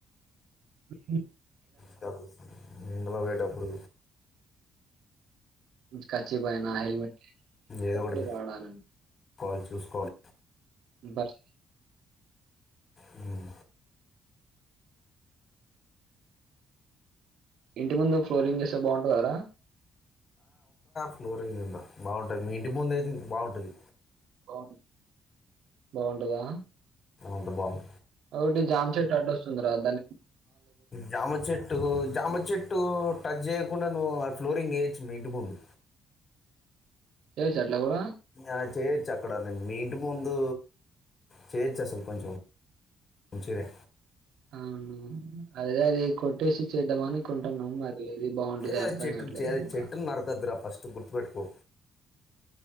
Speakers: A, on the right; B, on the left.
A: అ
B: చదు ఎండ లో పోయేటప్పుడు
A: కర్చీఫ్ అయినా హెల్మెట్
B: ఏదో
A: ముప్పడి
B: ఒకటి పెట్టు
A: వాడాల
B: కాల్ చూసుకోవాల్
A: బర్
B: హం
A: ఇంటి ముందు ఫ్లోరింగ్ చేస్తే బావుంటదారా
B: ఫ్లోరింగ్ ఉందా బావుంటది. మీ ఇంటి ముందు అయితే ఇది బావుంటది.
A: బ బావుంటదా
B: అంత బాగు
A: ఓటి జామ్ చెట్టు అడ్డొస్తుంది రా దాని
B: జామ చెట్టు జామ చెట్టు టచ్ చేయకుండా నువ్వు ఆ ఫ్లోరింగ్ వేయించు మీ ఇంటి ముందు
A: చెయ్యొచ్చా అట్లా కూడా
B: ఆ చేయొచ్చు అక్కడ మీ ఇంటి ముందు చేయొచ్చు అసలు కొంచెం కొంచెమే
A: అవును అదే అదే కొట్టేసి చేద్దాం అనుకుంటున్నాం మరి ఏది బావుంటదో
B: ఏ
A: అర్థం
B: చెట్
A: కావట్లేదు సరిగ్గా.
B: చెట్టులు నరకొద్దురా ఫస్టు గుర్తుపెట్టుకో